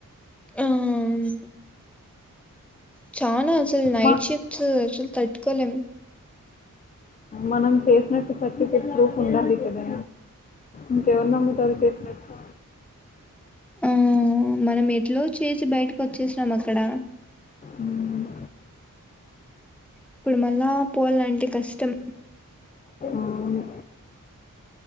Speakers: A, in the centre; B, on the left.
A: ఆమ్ చానా అసల్ నైట్
B: మా
A: షిఫ్ట్స్ అసల్ తట్కోలేం
B: మనం చేసినట్టు సర్టిఫికేట్ ప్రూఫ్ ఉండాలి కదా ఇంకెవరు నమ్ముతారు చేసినట్టుగ.
A: ఆహ్ మనం ఎట్లో చేసి బయటకి వచ్చేసినాం అక్కడ.
B: ఉమ్,
A: ఇప్పుడు మళ్ళా పోవాలంటే కష్టం.
B: అవును